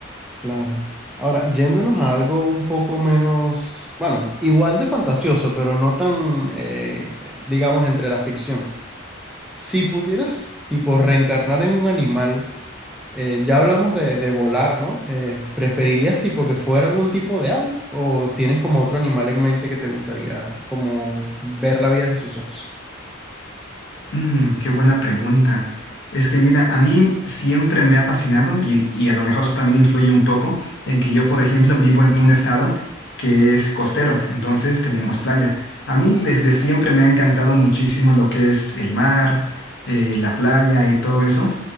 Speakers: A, in the centre; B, on the left (about 60°).
A: Claro. Ahora, yéndonos a algo un poco menos, bueno, igual de fantasioso, pero no tan, eh, eh, digamos, entre la ficción. Si pudieras, tipo, reencarnar en un animal, eh, ya hablamos de, de volar, ¿no? Eh, ¿preferirías, tipo, que fuera algún tipo de ave o tienes como otro animal en mente que te gustaría, como, ver la vida desde sus ojos?
B: Mm, qué buena pregunta. Es que mira, a mí siempre me ha fascinado y, y a lo mejor también influye un poco en que yo, por ejemplo, vivo en un estado que es costero, entonces tenemos playa. A mí desde siempre me ha encantado muchísimo lo que es el mar, eh, la playa y todo eso.